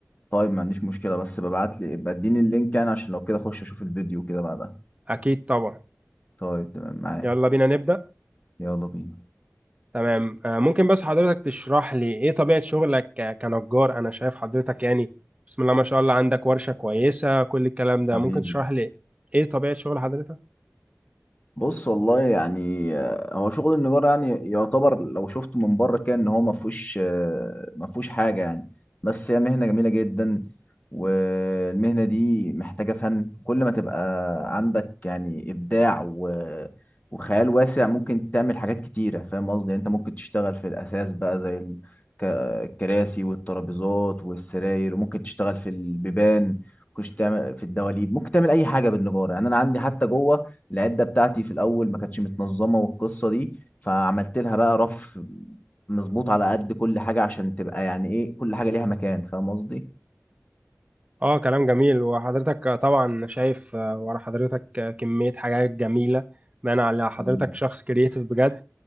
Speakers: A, on the left; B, on the right.
A: طيب ما عنديش مشكلة بس ببعت لي ابقى اديني اللينك يعني عشان لو كده اخش اشوف الفيديو كده بعدها
B: اكيد طبعا
A: طيب تمام معاك
B: يلا بينا نبدا
A: يلا بينا
B: تمام آه، ممكن بس حضرتك تشرح لي ايه طبيعة شغلك ك- كنجار انا شايف حضرتك يعني بسم الله ما شاء الله عندك ورشة كويسة كل الكلام ده
A: حبيبي
B: ممكن تشرح لي ايه طبيعة شغل حضرتك
A: بص والله يعني آه، هو شغل النجار يعني يعتبر لو شفته من بره كان ان هو ما فيهوش آه، ما فيهوش حاجه يعني بس هي مهنه جميله جدا والمهنه دي محتاجه فن كل ما تبقى عندك يعني ابداع و... وخيال واسع ممكن تعمل حاجات كتيره فاهم قصدي يعني انت ممكن تشتغل في الاساس بقى زي ال- ك- الكراسي والترابيزات والسراير وممكن تشتغل في البيبان ممكن تعمل في الدواليب ممكن تعمل اي حاجه بالنجاره يعني انا عندي حتى جوه العده بتاعتي في الاول ما كانتش متنظمه والقصه دي فعملت لها بقى رف مظبوط على قد كل حاجه عشان تبقى يعني ايه كل حاجه ليها مكان فاهم قصدي
B: اه كلام جميل وحضرتك آه، طبعا شايف آه، ورا حضرتك آه، كمية حاجات جميلة بان على حضرتك
A: حبيبي
B: شخص كرييتيف بجد